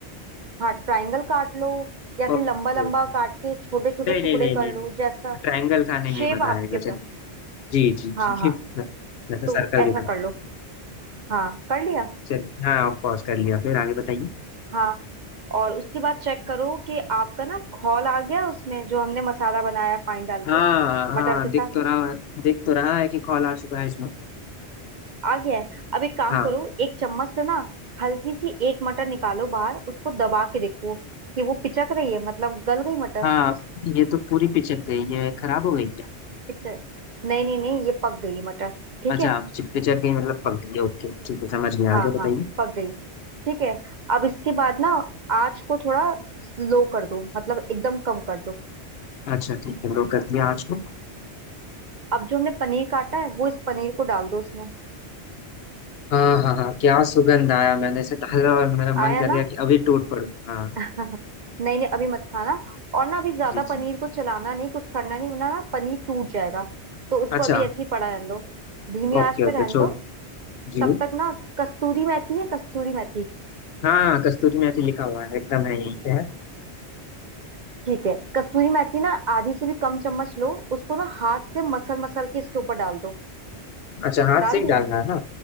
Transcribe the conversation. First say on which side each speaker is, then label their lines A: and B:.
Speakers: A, on the right; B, on the left.
A: हाँ ट्रायंगल काट लो या
B: Okay
A: फिर लंबा लंबा
B: okay
A: काट के छोटे छोटे
B: नहीं
A: टुकड़े
B: नहीं नहीं
A: कर
B: नहीं नहीं
A: लो जैसा
B: ट्रायंगल खाने में
A: शेप
B: मजा
A: आपके
B: आएगा
A: ऊपर
B: चलिए जी जी
A: हाँ हाँ
B: जी जैसे
A: तो
B: सर्कल
A: ऐसा
B: भी करते
A: कर लो
B: हैं।
A: हाँ कर लिया
B: चलिए हाँ ऑफ कोर्स कर लिया फिर आगे बताइए
A: हाँ और उसके बाद चेक करो कि आपका ना खौल आ गया उसमें जो हमने मसाला बनाया पानी डाल
B: हाँ
A: के
B: हाँ
A: मटर के साथ
B: दिख तो रहा दिख तो रहा है कि कॉल आ चुका है इसमें
A: आ गया है अब एक काम
B: हाँ
A: करो एक चम्मच से ना हल्की सी एक मटर निकालो बाहर उसको दबा के देखो कि वो पिचक रही है मतलब गल गई मटर
B: हाँ ये तो पूरी पिचक गई ये खराब हो गई क्या
A: पिचक नहीं नहीं नहीं ये पक गई है मटर ठीक
B: अच्छा
A: है
B: पिचक गई मतलब पक गई ओके ठीक है समझ गया
A: हाँ
B: आगे
A: हाँ
B: बताइए
A: पक गई ठीक है अब इसके बाद ना आँच को थोड़ा लो कर दो मतलब एकदम कम कर दो
B: अच्छा ठीक है ब्रो कर दिया आज को
A: अब जो हमने पनीर काटा है वो इस पनीर को डाल दो उसमें
B: हाँ हाँ हाँ क्या सुगंध आया मैंने इसे डाला और मेरा मन
A: आया
B: कर
A: ना
B: गया कि अभी टूट पड़ूं हाँ
A: <laughs> नहीं नहीं अभी मत खाना और ना अभी ज्यादा
B: जी जी
A: पनीर को चलाना नहीं कुछ करना नहीं वरना ना पनीर टूट जाएगा तो उसको
B: अच्छा
A: अभी ऐसे ही पड़ा रहने दो धीमी
B: ओके
A: आंच पे
B: ओके
A: रहने
B: छोड़
A: दो
B: जी
A: तब तक ना कस्तूरी मेथी है कस्तूरी मेथी
B: हाँ हाँ, कस्तूरी मेथी लिखा हुआ है एकदम है यहीं पे है
A: ठीक है कस्तूरी मेथी ना आधी से भी कम चम्मच लो उसको ना हाथ से मसल मसल के इसके ऊपर डाल दो
B: अच्छा हाथ
A: डाल
B: से ही
A: दिया
B: डालना है ना